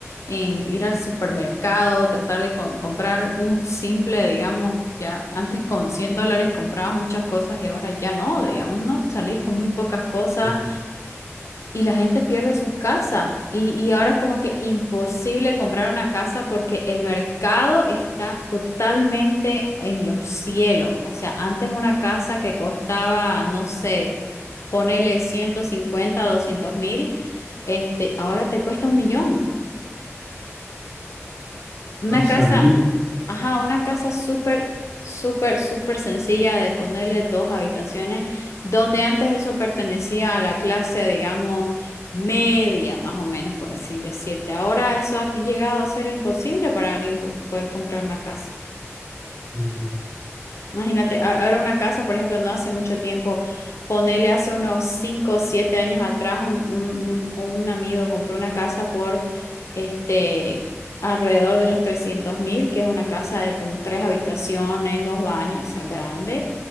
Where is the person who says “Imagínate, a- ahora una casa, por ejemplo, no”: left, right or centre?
Left